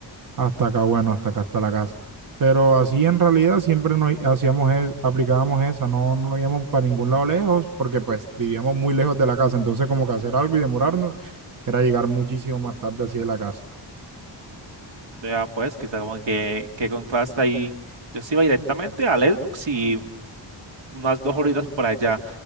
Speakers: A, on the right; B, on the right.
A: hasta acá, bueno, hasta acá está la casa. Pero así en realidad siempre nos hacíamos es- aplicábamos esa, no, no íbamos para ningún lado lejos, porque pues vivíamos muy lejos de la casa, entonces como que hacer algo y demorarnos era llegar muchísimo más tarde así de la casa.
B: Ya pues, que está como que, que contraste ahí. Yo sí iba directamente al Xbox y unas dos horitas por allá.